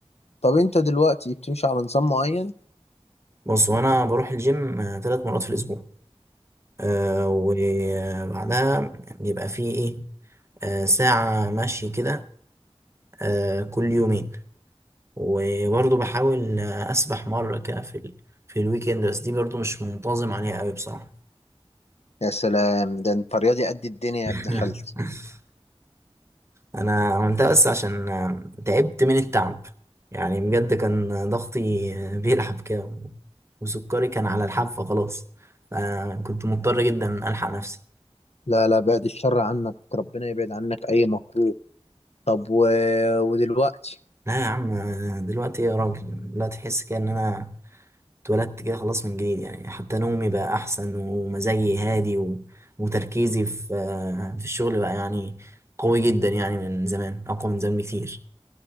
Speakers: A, on the left; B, on the right.
A: طب انت دلوقتي بتمشي على نظام معين
B: بص وأنا بروح الجيم آه، ثلاث مرات في الأسبوع آه وبعدها بيبقى فيه إيه آه ساعة مشي كده آه كل يومين وبرضه بحاول آه، أسبح مرة كده في ال... في الويكند بس دي برضه مش منتظم عليها قوي بصراحة
A: يا سلام ده انت رياضي قد الدنيا
B: <laughs>
A: يا ابن خالتي
B: انا عملتها بس عشان آه، تعبت من التعب يعني بجد كان ضغطي آه، بيلعب كده و- وسكري كان على الحافة خلاص فكنت مضطر جدا ألحق نفسي
A: لا لا بعد الشر عنك ربنا يبعد عنك اي مكروه طب و... ودلوقتي
B: لا يا عم آه، دلوقتي يا راجل لا تحس كده ان انا اتولدت كده خلاص من جديد يعني حتى نومي بقى احسن ومزاجي هادي و... وتركيزي في آه، في الشغل بقى يعني قوي جدا يعني من زمان اقوى من زمان بكتير